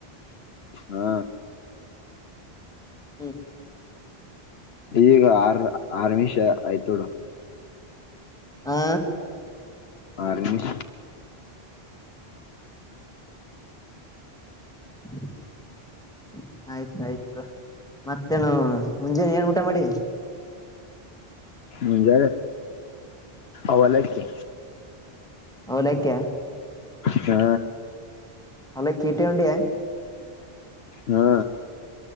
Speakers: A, on the left; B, in the centre.
A: ಹ್ಮ
B: ಹ್ಮ್
A: ಈಗ ಆರ್ ಆರ್ಮಿಷ ಆಯ್ತೋಡು
B: ಹಾ
A: ಆರಷ
B: ಹ್ಮ ಆಯ್ತಾಯ್ತು ಮತ್ತೇನು ಮುಂಜಾನ ಏನ್ ಊಟ ಮಾಡಿ
A: ಮುಂಜ ಅವಲ್ಲಕಿ
B: ಅವಲಕೆ
A: ಹಾ
B: ಅವಲ್ಲಕಿ ಕೀಟೇ ಒಂಡಿಯಾ
A: ಹಾ